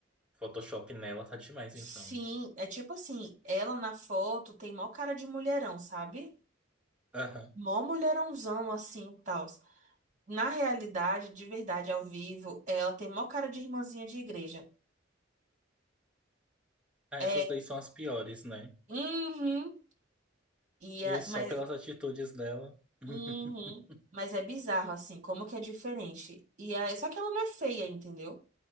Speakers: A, in the centre; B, on the right.
A: Photoshop nela tá demais
B: Sim,
A: então, né?
B: é tipo assim, ela na foto tem mó cara de mulherão, sabe?
A: Aham.
B: Mó mulherãozão assim, tal. Na realidade, de verdade, ao vivo, ela tem mó cara de irmãzinha de igreja.
A: Ah,
B: É,
A: essas daí são as piores, né?
B: uhum, e
A: E
B: é,
A: só
B: mas,
A: pelas atitudes dela. <laughs>
B: uhum, mas é bizarro assim, como que é diferente. E é, só que ela não é feia, entendeu?